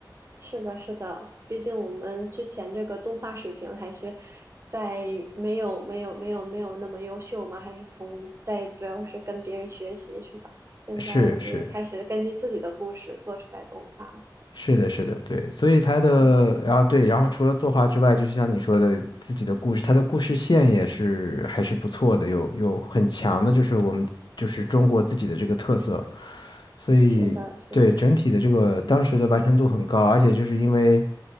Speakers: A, on the right (about 35°); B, on the left (about 70°).
A: 是的，是的，毕竟我们之前这个动画水平还是在没有没有没有没有那么优秀嘛，还是从在主要是跟别人学习是吧？现在我们也开始根据自己的故事做出来动画。
B: 是是，是的，是的，对，所以他的，
A: 嗯，
B: 然后对，然后除了作画之外，就是像你说的，自己的故事，他的故事线也是还是不错的，有有很强的，就是我们自就是中国自己的这个特色，所以对整体的这个当时的完成度很高，
A: 是的，是的。
B: 而且就是因为